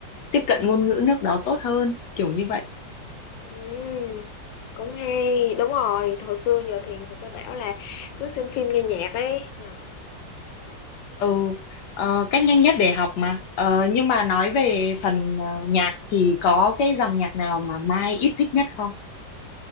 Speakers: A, on the left; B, on the left.
A: tiếp cận ngôn ngữ nước đó tốt hơn kiểu như vậy
B: ừm, cũng hay đúng rồi hồi xưa giờ thì người ta bảo là cứ xem phim nghe nhạc ấy nhở
A: Ừ, ờ, cách nhanh nhất để học mà. Ờ, nhưng mà nói về phần ờ, nhạc thì có cái dòng nhạc nào mà Mai ít thích nhất không?